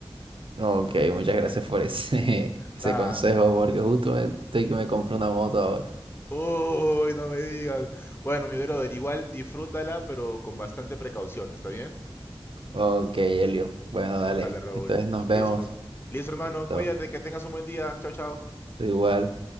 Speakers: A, on the right (about 70°); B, on the left (about 25°).
A: Ok, muchas gracias por ese, <laughs>
B: Da,
A: ese consejo, porque justo me- estoy que me compro una moto ahora.
B: Uy, no me digas. Bueno, mi brother, igual disfrútala, pero con bastante precaución, ¿está bien?
A: Ok, Elio. Bueno, dale.
B: Dale, Raúl.
A: Entonces nos
B: Listo.
A: vemos.
B: Listo, hermano,
A: Listo.
B: cuídate, que tengas un buen día. Chao, chao.
A: Tú igual.